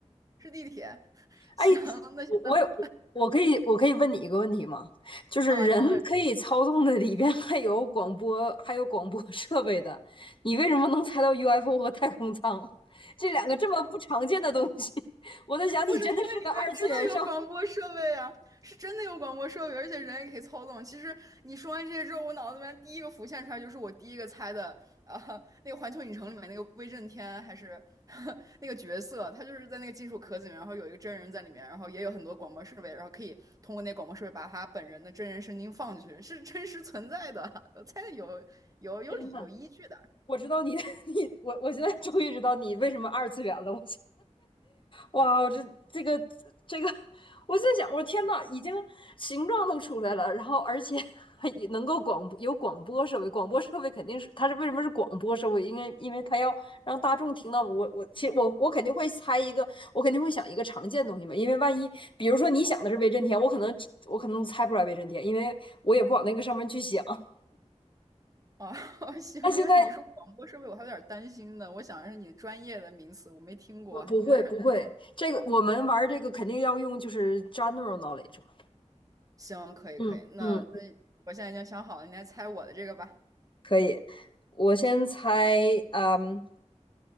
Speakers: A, on the right (about 30°); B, on the left (about 45°).
A: 是地铁。<laughs>
B: 哎，
A: 行，那行咱们
B: 我我有我可以我可以问你一个问题吗？就是人可以操纵的里边还有广播，
A: 啊，你问。
B: 还有广播设备的，你为什么能猜到 UFO 和太空舱这两个这么不常见的东西？<laughs> 我在想，
A: 不是因为里面真的有广播设备啊，
B: 你真的是个二次元少。
A: 是真的有广播设备，而且人也可以操纵。其实你说完这些之后，我脑子里面第一个浮现出来就是我第一个猜的，呃，那个《环球影城》里面那个威震天还是 <laughs> 那个角色，他就是在那个金属壳子里面，然后有一个真人在里面，然后也有很多广播设备，然后可以通过那广播设备把他本人的真人声音放进去，是真实存在的，<laughs> 我猜的有有有理有依据的。
B: 天呐，我知道你，<laughs> 你我我现在终于知道你为什么二次元了。我哇，我这这个这个，<laughs> 我在想，我天呐，已经形状都出来了，然后而且还也能够广播有广播设备，广播设备肯定是它是为什么是广播设备？因为因为它要让大众听到我我其实我我肯定会猜一个，我肯定会想一个常见的东西嘛，因为万一比如说你想的是威震天，我可能我可能猜不出来威震天，因为我也不往那个上面去想。<laughs>
A: 哦，<laughs> 行，
B: 但现在
A: 因为你说广播设备，我还有点儿担心呢。我想的是你专业的名词，我没听过，
B: 我不会不会，
A: 还有点儿
B: 这个我们玩这个肯定要用就是 general knowledge 嘛，
A: <laughs>。行，可以，
B: 嗯嗯。
A: 可以。那那我现在已经想好了，你来猜我的这个吧。
B: 可以，我先猜，嗯，